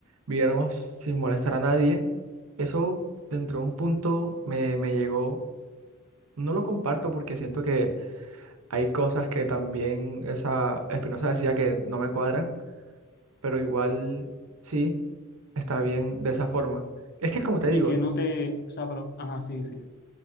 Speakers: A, on the right (about 75°); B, on the left (about 50°).
A: viviéramos sin molestar a nadie. Eso dentro de un punto me, me llegó. No lo comparto porque siento que hay cosas que también esa Espinosa decía que no me cuadran, pero igual sí está bien de esa forma. Es que como te digo,
B: Y que no te, o sea, pero, ajá, sí, sí. O